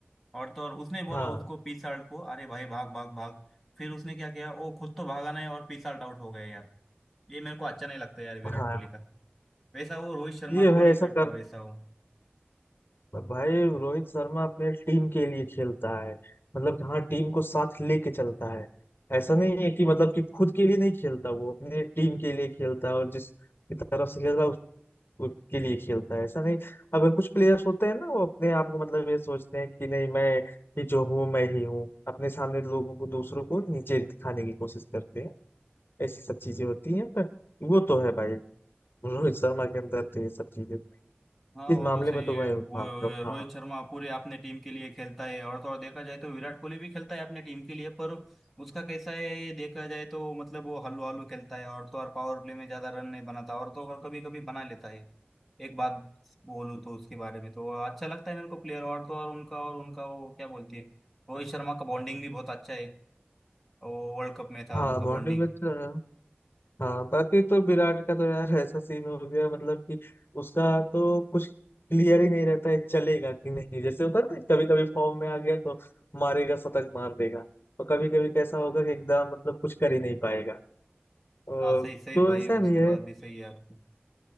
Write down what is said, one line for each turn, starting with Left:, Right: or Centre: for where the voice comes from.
Centre: और तो और उसने बोला
Left: हाँ
Centre: उसको पिसाल्ट को अरे भाई भाग भाग भाग फिर उसने क्या किया वो खुद तो भागा नहीं और पिसाल्ट आउट हो गया यार ये मेरे को अच्छा नहीं लगता यार विराट
Left: हाँ
Centre: कोहली का वैसा वो रोहित शर्मा
Left: ये
Centre: तो
Left: भाई
Centre: नहीं
Left: ऐसा
Centre: करता
Left: कर
Centre: वैसा वो
Left: भाई रोहित शर्मा अपने टीम के लिए खेलता है मतलब कि हाँ टीम को साथ लेके चलता है ऐसा नहीं है कि मतलब कि खुद के लिए नहीं खेलता वो अपने टीम के लिए खेलता है और जिस की तरफ से खेलता है उस उसके लिए खेलता है ऐसा नहीं अब कुछ प्लेयर्स होते हैं ना वो अपने आप को मतलब ये सोचते हैं कि नहीं मैं ये जो हूँ मैं ही हूँ अपने सामने लोगों को दूसरों को नीचे दिखाने की कोशिश करते हैं ऐसी सब चीजें होती हैं पर वो तो है भाई रोहित शर्मा के अंदर तो ये सब चीजें
Centre: हाँ
Left: इस
Centre: वो
Left: मामले
Centre: तो सही
Left: में तो
Centre: है
Left: मैं
Centre: वो
Left: मानता
Centre: वो
Left: हूँ
Centre: रोहित
Left: हाँ
Centre: शर्मा पूरे अपने टीम के लिए खेलता है और तो और देखा जाए तो विराट कोहली भी खेलता है अपने टीम के लिए पर उसका कैसा है ये देखा जाए तो मतलब वो हल्लू हल्लू खेलता है और तो और पावर प्ले में ज्यादा रन नहीं बनाता और तो और कभी कभी बना लेता है एक बात बोलूँ तो उसके बारे में तो अच्छा लगता है मेरे को प्लेयर और तो और उनका और उनका वो क्या बोलती है रोहित शर्मा का बॉन्डिंग भी बहुत अच्छा है वो वर्ल्ड कप में था
Left: हाँ
Centre: उनका
Left: बॉन्डिंग
Centre: बॉन्डिंग
Left: में अच्छा है हाँ बाकी तो विराट का तो यार ऐसा सीन हो गया मतलब कि उसका तो कुछ क्लियर ही नहीं रहता है चलेगा कि नहीं जैसे होता है ना कभी कभी फॉर्म में आ गया तो मारेगा शतक मार देगा और कभी कभी कैसा होगा कि एकदम मतलब कुछ कर ही नहीं पाएगा और
Centre: हाँ सही सही
Left: तो
Centre: भाई
Left: ऐसा
Centre: उसके
Left: भी है
Centre: बाद भी सही है आपकी